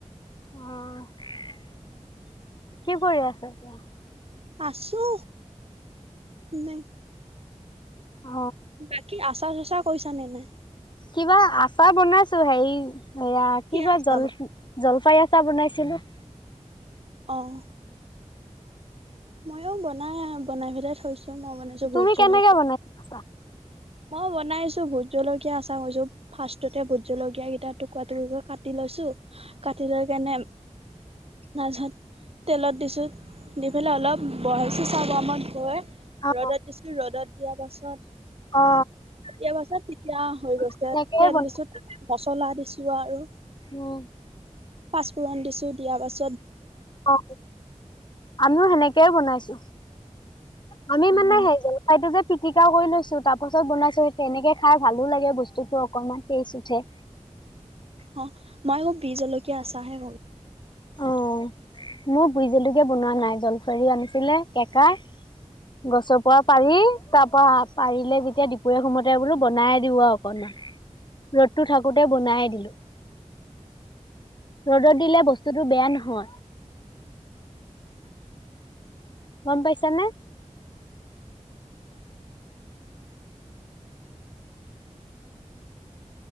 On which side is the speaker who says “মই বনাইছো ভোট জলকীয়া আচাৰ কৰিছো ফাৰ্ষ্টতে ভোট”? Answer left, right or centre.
Right